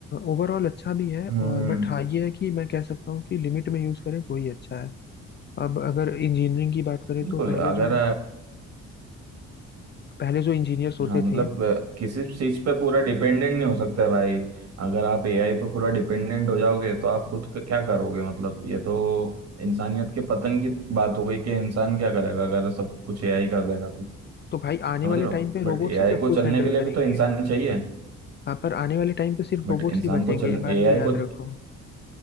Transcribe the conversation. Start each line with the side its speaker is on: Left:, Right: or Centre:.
Left: ओवरऑल अच्छा भी है
Right: हम्म
Left: और बट हाँ ये है कि मैं कह सकता हूँ कि लिमिट में यूज़ करें तो ही अच्छा है अब अगर इंजीनियरिंग की बात करें
Right: बिल्कुल
Left: तो पहले
Right: अगर
Left: जो पहले जो इंजीनियर्स होते
Right: हाँ मतलब
Left: थे
Right: अ, किसी चीज पे पूरा डिपेंडेंट नहीं हो सकता है भाई अगर आप एआई पे पूरा डिपेंडेंट हो जाओगे तो आप खुद क- क्या करोगे मतलब ये तो इंसानियत के पतन की बात हो गई कि इंसान क्या करेगा अगर सब कुछ एआई कर देगा तो
Left: तो भाई आने
Right: समझ
Left: वाले
Right: रहे हो
Left: टाइम पे रोबोट्स
Right: बट एआई
Left: ही सब
Right: को
Left: कुछ
Right: चलने
Left: हैंडल
Right: के लिए
Left: करेंगे
Right: भी तो इंसान चाहिए
Left: हाँ पर आने वाले टाइम पे सिर्फ
Right: बट
Left: रोबोट्स
Right: इंसान
Left: ही बचेंगे
Right: को चल
Left: ये बात
Right: एआई
Left: भी याद
Right: को
Left: रखो